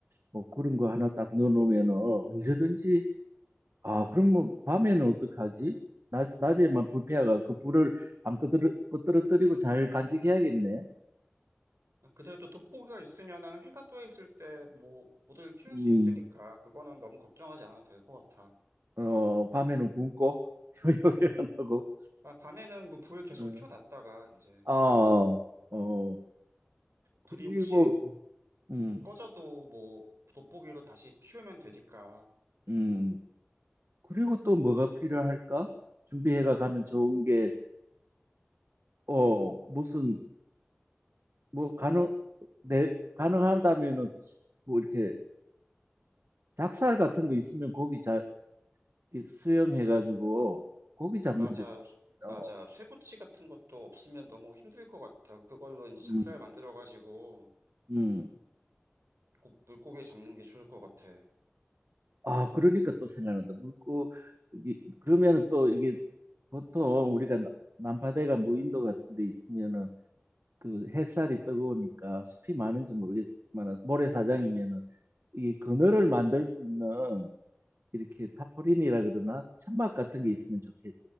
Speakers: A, on the right; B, on the right.
A: 뭐, 그런 거 하나 딱 넣어놓으면은, 언제든지 아, 그럼 뭐 밤에는 어떡하지? 낮, 낮에만 불패화가 그 불을 안 끄드러, 끄드러뜨리고 잘 간직해야겠네.
B: 그래도 돋보기가 있으면은 해가 떠 있을 때 뭐 불을 피울
A: 음,
B: 수 있으니까 그거는 너무 걱정하지 않아도 될 것 같아.
A: 어, 밤에는 굶고 <laughs> 요리를 안 하고.
B: 아, 밤에는 뭐 불 계속
A: 어,
B: 피워놨다가 이제
A: 아,
B: 쓰고.
A: 어, 그리고
B: 불이 혹시
A: 음,
B: 꺼져도 뭐 돋보기로 다시 피우면 되니까.
A: 음, 그리고 또 뭐가 필요할까? 준비해가 가면 좋은 게 어, 무슨 뭐 가능 내 가능하다면은 뭐 이렇게 닭살 같은 거 있으면 고기 자, 이 수영해가지고 고기 잡는
B: 맞아,
A: 데,
B: 맞아.
A: 어,
B: 쇠붙이 같은 것도 없으면 너무 힘들 것 같아. 그걸로 이제 작살
A: 음,
B: 만들어가지고
A: 음.
B: 곧 물고기 잡는 게 좋을 것 같아.
A: 아, 그러니까 또 생각난다. 물고, 이게, 그러면은 또 이게 보통 우리가 나- 남파대가 무인도 같은 데 있으면은 그 햇살이 뜨거우니까 숲이 많은지 모르겠지만 모래사장이면은 이 그늘을 만들 수 있는 이렇게 타포린이라 그러나 천막 같은 게 있으면 좋겠어.